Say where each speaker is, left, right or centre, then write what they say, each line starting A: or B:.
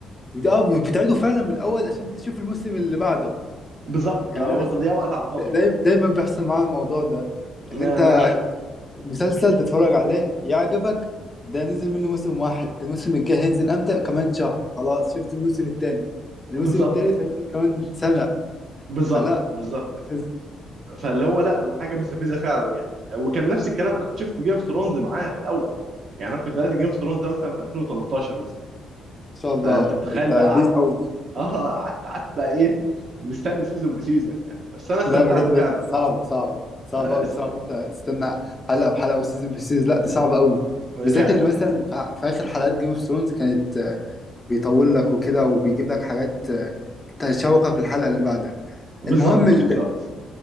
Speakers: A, on the left; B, on the right.
A: اه بتعيده فعلا من الاول عشان تشوف الموسم اللي بعده
B: بالظبط
A: يعني
B: لو هو
A: أنا
B: تضييع وقت على الفاضي
A: بس- دايما
B: يعني
A: دايما بيحصل معايا الموضوع ده
B: ما
A: اللي انت
B: ما أنا...
A: مسلسل تتفرج عليه يعجبك ده نزل منه موسم واحد الموسم الجاي هينزل امتى كمان شهر خلاص شفت الموسم التاني الموسم
B: بالظبط
A: التالت هينزل كمان سنة
B: بالظبط
A: فلا
B: بالظبط
A: تخز ان
B: فاللي هو لا حاجه مستفزه فعلا يعني وكان نفس الكلام انا كنت شفت جيم اوف ثرونز معاه من الاول يعني انا كنت بدات جيم اوف ثرونز ده مثلا في 2013 مثلا
A: شاء الله
B: فانت متخيل
A: ده انت
B: بقى
A: قديم
B: قعدت
A: قوي
B: اه قعدت قعدت بقى ايه مستني سيزون بسيزون يعني بس انا استمتعت
A: لا بجد
B: فعلا
A: صعبة صعبة صعبة
B: آه،
A: قوي
B: س-
A: صعب انت تستنى حلقة بحلقة وسيزون بسيزون لا ده صعب قوي بالذات
B: فعلا
A: اللي مثلا في في اخر حلقات جيم اوف ثرونز كانت آه، بيطول لك وكده وبيجيب لك حاجات آه، تشوقك للحلقة اللي بعدها
B: بالظبط
A: المهم ال-
B: بالظبط